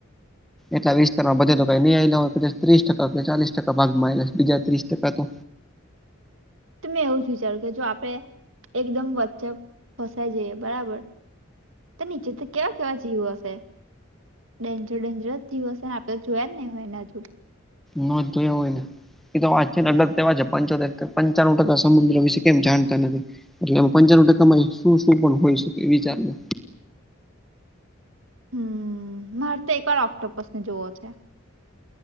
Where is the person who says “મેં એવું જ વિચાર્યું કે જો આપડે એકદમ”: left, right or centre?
Right